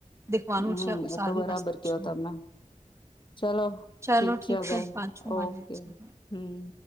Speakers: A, on the right; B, on the left.
A: દેખવાનું
B: હમ્મ
A: છે
B: એ
A: સારી
B: તો બરાબર
A: વસ્તુ
B: કયો
A: છે
B: તમે ચલો
A: ચાલો
B: ઠીક છે હવે
A: પાછું મળીએ
B: ઓકે
A: છે.
B: હમ્મ.